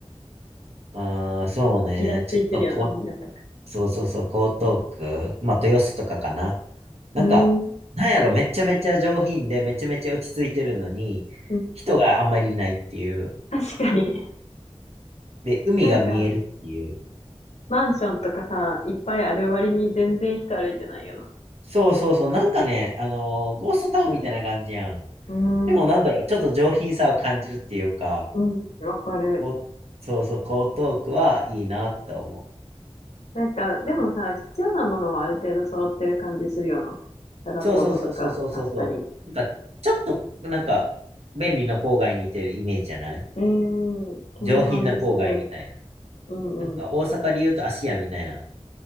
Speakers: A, on the right; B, on the left.
A: <laughs> うーん、そうね、
B: ギラついてるよな、
A: ちょっとこう、
B: 港区。
A: そうそうそう、江東区、まあ豊洲とかかな。なんか、
B: うーん。
A: なんやろ、めちゃめちゃ上品で、めちゃめちゃ落ち着いてるのに、
B: うん
A: 人があんまりいないっていう。
B: 確かに。
A: で、海が見えるっていう。
B: なんか、マンションとかさ、いっぱいある割に全然人歩いてないよな。
A: そうそうそう、なんかね、あのーゴーストタウンみたいな感じやん。
B: うーん。
A: でもなんだろう、ちょっと上品さを感じるっていうか、
B: うん、わかる。
A: こうそうそう、江東区はいいなって思う。
B: なんか、でもさ、必要なものはある程度揃ってる感じするよな。らラポートとかあったり。
A: そうそうそうそうそうそうそう。なんか、ちょっと、なんか、便利な郊外にいてるイメージじゃない
B: うーん、そんな感じする。
A: 上品な郊外みたいな。
B: うんうん。
A: なんか、大阪で言うと芦屋みたいな。